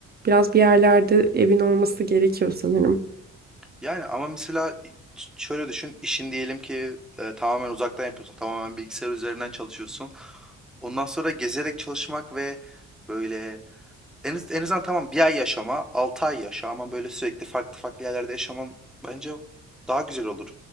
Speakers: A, on the right (about 30°); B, in the centre.
A: Biraz bir yerlerde evin olması gerekiyor sanırım.
B: Yani ama mesela ş- şöyle düşün, işin diyelim ki e, tamamen uzaktan yapıyorsun, tamamen bilgisayar üzerinden çalışıyorsun. Ondan sonra gezerek çalışmak ve böyle En, az- en azından tamam bir ay yaşama, altı ay yaşa ama böyle sürekli farklı farklı yerlerde yaşaman bence daha güzel olur.